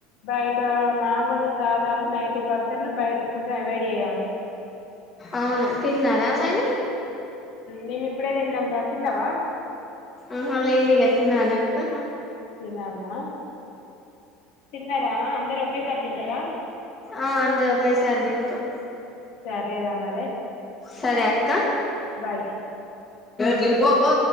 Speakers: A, on the left; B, on the left.
A: బయట మామూలుగా దాదాపు నైంటీ పర్సన్ బయటి ఫుడ్ అవాయిడ్ చేయాలి
B: అవును తిన్నారా మరి
A: నిమి ఇప్పుడే తినం రా తిన్నావా
B: ఆహ లేదిగా తినలే ఉ
A: తినాలా తిన్నారా అందరు ఒకేసారి తింటారా
B: ఆ అంద్రు ఒకేసారి తింటాం
A: సరేరా మరి
B: సరే అక్క
A: బాయ్
B: తిను పో పో